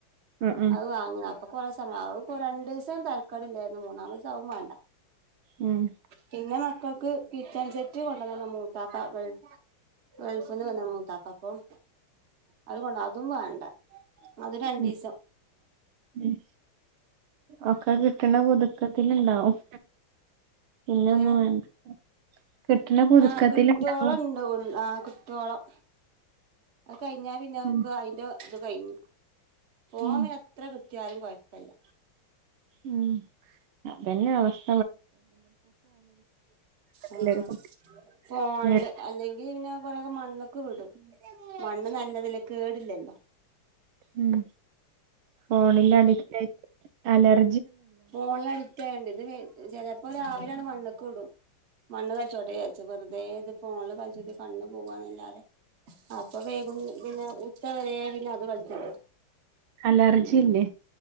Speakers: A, on the right; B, on the right.
A: ആഹ് ആഹ്
B: അത് വാങ്ങ അപ്പൊ കൊറ സമയ രണ്ട്- <unintelligible> ചന്താ <unintelligible> മക്കാടില്ലായിരുന്നു മൂന്നാുദിവസവും വേണ്ട
A: ഉം
B: പിന്നെ മക്കൾക്ക് കിച്ചൺ സെറ്റ് കൊണ്ടതെന്നു മൂ- <unintelligible> താത്ത ഗൾഫ് ഗൾഫ്ന്നു വന്ന മൂത്ത അപ്പം അതുകൊണ്ട അതും വേണ്ട അത് രണ്ടീസം
A: ഉം. ഉം. ഒക്കെ കിട്ടണ പുതുക്കത്തില്ണ്ടാവും ഇല്ലൊന്നു
B: ഏ
A: വേണ്ട കിട്ടണ പുതുക്കത്തില്ണ്ടാവും
B: ആ കിട്ടോള ണ്ടാവുള്ളു ആ കി ട്ടോളം കഴിഞ്ഞാപിന്നെ അവക്ക്
A: ഉം
B: അയിന്റെ ഇത് കഴിഞ്ഞു ഫോണ്
A: ഉം
B: എത്ര കി റ്റിയാലും കൊയപ്പില്ല
A: ഉം അതന്നെ അവസ്
B: ആ
A: എല്ലാരും കുട്ടി
B: ഫോണില്
A: ഇങ്ങനെ.
B: അല്ലെങ്കിൽ പിന്നെ കൊറെ ക്കെ മണ്ണ്ക്ക് വിടും മണ്ണ് നല്ലതല്ലെ കേടില്ലല്ലോ
A: ഉം ഫോണില് അഡിക്റ്റ് ആയിട്ട് അലർ
B: ഫോണിലടി ഡിറ്റായോണ്ട് ഇതിന് ചെലപ്പോ രാവിലെയണ്ട് മണ്ണ്ക്ക് വിടും മണ്ണ് കളിച്ചോട്ടെ വിചാച്ച് വെറുതെ ഇത് ഫോണില് കളിച്ചിട്ട് കണ്ണ് പോവന്നല്ലാതെ അപ്പൊ വേഗം പിന്നെ ഉച്ചവരെ പിന്നെ അത് കളിക്കും
A: അലർജി ഇല്ലേ